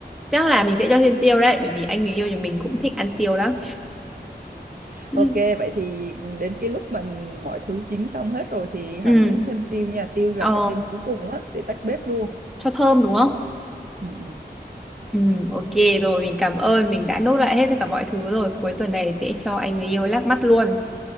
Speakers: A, in the centre; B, on the right.
A: chắc là mình sẽ cho thêm tiêu đấy bởi vì anh người yêu nhà mình cũng thích ăn tiêu lắm ừ
B: Ok, vậy thì đến cái lúc mà mọi thứ chín xong hết rồi thì
A: ừ
B: hắn thêm tiêu nha. Tiêu là
A: ờ
B: phải thêm cuối cùng á để tách bếp luôn.
A: cho thơm đúng không
B: Ừ, ừ.
A: Ừ, ok rồi mình cảm ơn mình đã nốt lại hết tất cả mọi thứ rồi cuối tuần này sẽ cho anh người yêu lắc mắt luôn